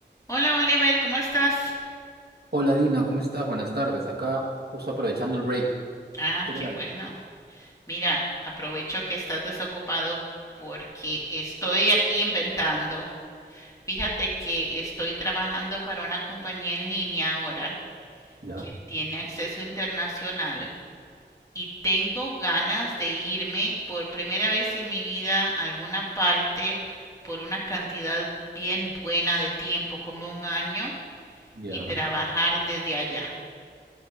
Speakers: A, on the left; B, on the right.
A: Hola Oliver, ¿cómo estás?
B: Hola Dina, ¿cómo estás? Buenas tardes. Acá justo aprovechando el break.
A: Ah,
B: ¿Tú qué
A: qué
B: tal?
A: bueno. Mira, aprovecho que estás desocupado porque estoy aquí inventando. Fíjate que estoy trabajando para una compañía en línea ahora
B: Ya,
A: que tiene acceso internacional y tengo ganas de irme por primera vez en mi vida a alguna parte por una cantidad bien buena de tiempo, como un año,
B: ya.
A: y trabajar desde allá.